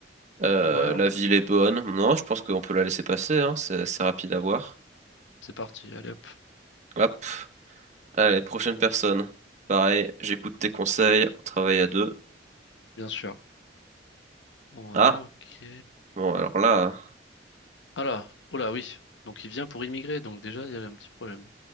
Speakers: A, on the right (about 40°); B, on the left (about 85°).
A: Euh,
B: Ouais, hein,
A: la ville est bonne. Non, je pense qu'on peut la laisser passer, hein. C'est c'est rapide à voir.
B: c'est parti. Allez hop,
A: Hop. Allez, prochaine personne. Pareil, j'écoute tes conseils, on travaille à deux.
B: bien sûr. Ouais,
A: Ah,
B: ok.
A: bon, alors là. hein.
B: Ah là, oh là, oui. Donc, il vient pour immigrer, donc déjà, il y a un petit problème.